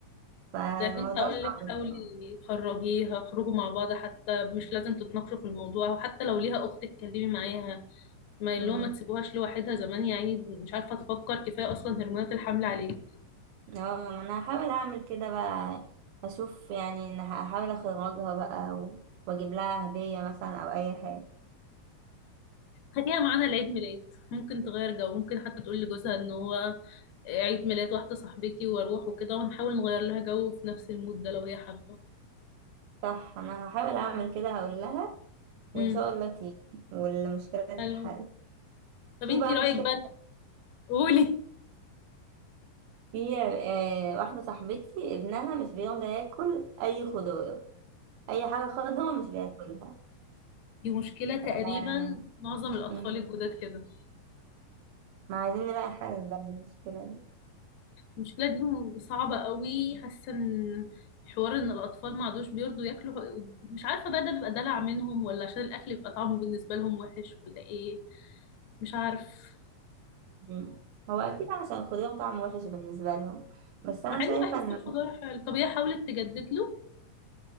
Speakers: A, on the right; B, on the left.
A: فالموضوع
B: ده كنت هقول
A: صعب
B: لك حاولي
A: بصراحة
B: تخرجيها اخرجوا مع بعض حتى مش لازم تتناقشوا في الموضوع وحتى لو ليها اخت اتكلمي معاها ما اللي
A: أمم،
B: هو ما تسيبوهاش لوحدها زمان يعني مش عارفه تفكر كفايه اصلا هرمونات الحمل عليها
A: اه ما انا هحاول اعمل كده بقى اشوف يعني ان هحاول اخرجها بقى و- واجيب لها هدية مثلا او اي حاجة
B: خديها معانا لعيد ميلاد ممكن تغير جو ممكن حتى تقول لجوزها ان هو عيد ميلاد واحده صاحبتي واروح وكده ونحاول نغير لها جو في نفس المود ده لو هي حابه
A: صح انا هحاول اعمل كده هقول لها وان
B: امم
A: شاء الله تيجي والمشكلة تتحل
B: حلو طب
A: في
B: انتي
A: بقى
B: رايك
A: مشكلة
B: بقى قولي
A: في آه، واحدة صاحبتي ابنها مش بيرضى ياكل أي خضار أي حاجة خضرا مش بياكلها
B: دي مشكله تقريبا
A: آه،
B: معظم الاطفال
A: مم.
B: الجداد كده
A: ما عايزين نلاقي حل بقى للمشكلة دي
B: المشكلة دي م- صعبة قوي حاسة ان حوار ان الاطفال ما عادوش بيرضوا ياكلوا ح- مش عارفة بقى ده بيبقى دلع منهم ولا عشان الاكل بيبقى طعمه بالنسبة لهم وحش ولا ايه مش عارف
A: مم. هو أكيد عشان الخضار طعمه وحش بالنسبة لهم بس أنا
B: مع اني
A: شايفة
B: بحس
A: إن
B: الخضار حلو طب هي حاولت تجدد له